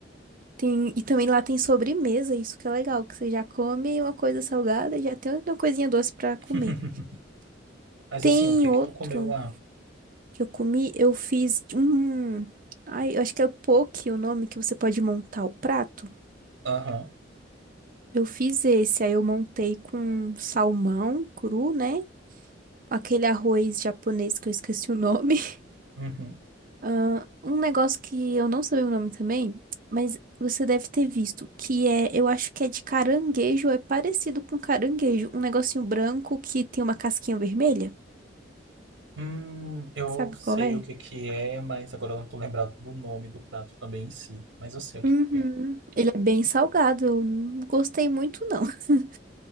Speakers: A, on the right; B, on the right.
A: Tem, e também lá tem sobremesa, isso que é legal, que você já come uma coisa salgada e já tem uma coisinha doce pra comer.
B: <laughs> Mas
A: Tem
B: assim, o que
A: outro
B: que tu comeu lá?
A: que eu comi, eu fiz um. Ai, eu acho que é o poke o nome que você pode montar o prato.
B: Aham.
A: Eu fiz esse, aí eu montei com salmão cru, né? aquele arroz japonês que eu esqueci o nome. <laughs>
B: Uhum.
A: Ah, um negócio que eu não sei o nome também, mas você deve ter visto, que é, eu acho que é de caranguejo, é parecido com caranguejo, um negocinho branco que tem uma casquinha vermelha.
B: Hum, eu
A: Sabe
B: sei
A: qual é?
B: o que que é, mas agora eu não tô lembrado do nome do prato também em si. Mas eu sei o que
A: Uhum.
B: que é.
A: Ele é bem salgado, eu não gostei muito não. <laughs>